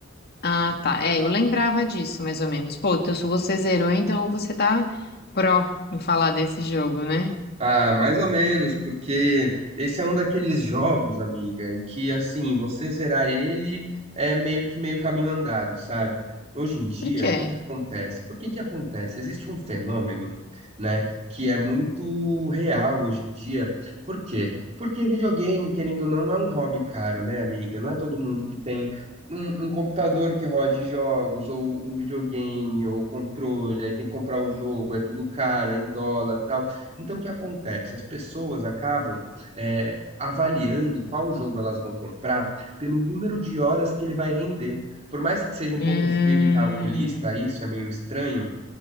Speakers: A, on the left (about 50°); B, on the right (about 35°).
A: Ah, tá. É, eu lembrava disso mais ou menos. Pô, então se você zerou, então você tá pró em falar desse jogo, né?
B: Ah, mais ou menos, porque esse é um daqueles jogos, amiga, em que assim, você zerar ele é meio que meio caminho andado, sabe? Hoje em dia,
A: Por quê?
B: o que que acontece? Por que que acontece? Existe um fenômeno, né, que é muito real hoje em dia. Por quê? Porque videogame, querendo ou não, não é um hobby caro, né, amiga? Não é todo mundo que tem um, um computador que rode jogos, ou um videogame, ou controle, aí tem que comprar o jogo, é tudo caro, é em dólar, tal. Então, o que acontece? As pessoas acabam é, avaliando qual jogo elas vão comprar pelo número de horas que ele vai render. Por mais que seja um
A: Hum.
B: pouco frio e calculista, isso é meio estranho,